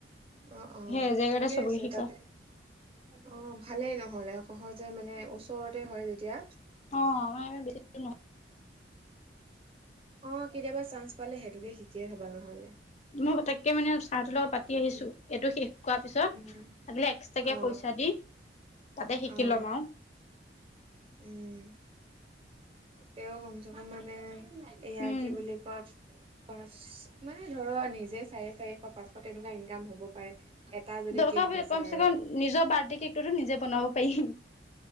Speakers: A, on the right; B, on the left.
A: অ', অ',
B: সেই এজেগাতে
A: ঠিকে
B: চবকে
A: আছে
B: শিকাই
A: তাতে। অ, ভালেই নহলে সহজে মানে ওচৰতে হয় যেতিয়া।
B: অ'। দূৰ
A: অ, কেতিয়াবা চান্স পালে সেইটোকে শিকিয়ে থবা নহলে।
B: মই পতৈকে মানে চাহটোৰ লগত পাতি
A: উম,
B: আহিছো এইটো শেষ কৰোৱাৰ পিছত
A: উম,
B: আাগিলে। এক্সট্ৰাকে
A: অ',
B: পইচা দি তাতে শিকি
A: অ',
B: লম আৰু।
A: উম, তেওঁ কম চে কম মানে এয়াই
B: উম
A: কি বুলি কোৱা। পাঁচ মানে ধৰা নিজে চাৰে চাৰিশ, পাঁচশ তেনেকুৱা ইনকাম হ'ব পাৰে। তটা যদি
B: দৰকাৰ
A: কেক
B: পৰিলে
A: বেচা
B: কমচে
A: আৰু।
B: কম নিজৰ বাৰ্থডে কেকটোতো নিজে বনাব পাৰিম